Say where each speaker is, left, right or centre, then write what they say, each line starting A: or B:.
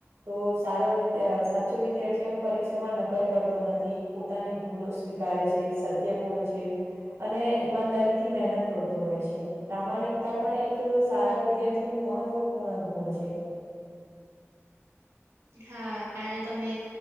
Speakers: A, on the right (about 65°); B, on the right (about 85°).
A: તો સારો વિદ સાચો વિદ્યાર્થી આમ પરીક્ષામાં નકલ કરતો નથી. પોતાની ભૂલો સ્વીકારે છે સત્ય બોલ છે અને ઈમાનદારી થી મહેનત કરતો હોય છે. પ્રામાણિકતા પણ એક સારા વિદ્યાર્થીનું મહત્વપૂર્ણ ગુણ છે.
B: હા આ તો તમે